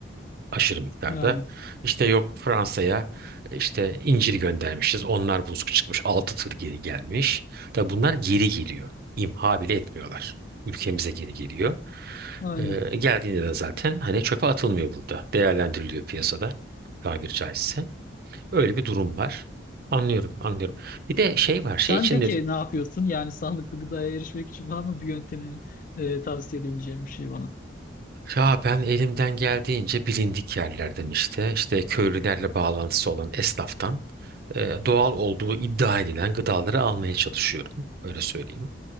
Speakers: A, on the right; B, on the left.
A: aşırı miktarda.
B: Yani.
A: İşte yok Fransa'ya e, işte incir göndermişiz. Onlar bozuk çıkmış. Altı tır geri gelmiş. Tabi bunlar geri geliyor. İmha bile etmiyorlar. Ülkemize geri geliyor.
B: Aynen.
A: E, geldiğinde de zaten hani çöpe atılmıyor burada. Değerlendiriliyor piyasada tabir caizse. Öyle bir durum var. Anlıyorum, anlıyorum. Bir de şey var,
B: Sen
A: şey için
B: peki
A: dedim.
B: ne yapıyorsun? Yani sağlıklı gıdaya erişmek için var mı bir yöntemin e, tavsiye edebileceğim bir şey bana?
A: Ya ben elimden geldiğince bilindik yerlerden işte, işte köylülerle bağlantısı olan esnaftan e, doğal olduğu iddia edilen gıdaları almaya çalışıyorum. Öyle söyleyeyim.